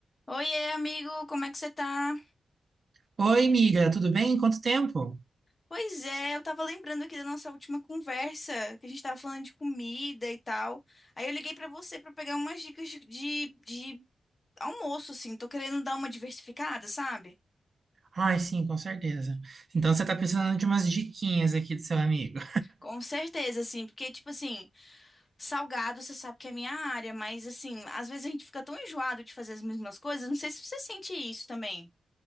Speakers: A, on the left; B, on the right.
A: Oiê, amigo, como é que você tá?
B: Oi, amiga, tudo bem? Quanto tempo?
A: Pois é, eu tava lembrando aqui da nossa última conversa, que a gente tava falando de comida e tal. Aí eu liguei pra você pra pegar umas dicas de, de, de almoço, assim. Tô querendo dar uma diversificada, sabe?
B: Ai, sim, com certeza. Então você tá precisando de umas diquinhas aqui do seu amigo.
A: Com certeza, assim, porque, tipo assim, salgado você sabe que é minha área, mas, assim, às vezes a gente fica tão enjoado de fazer as mesmas coisas. Não sei se você sente isso também.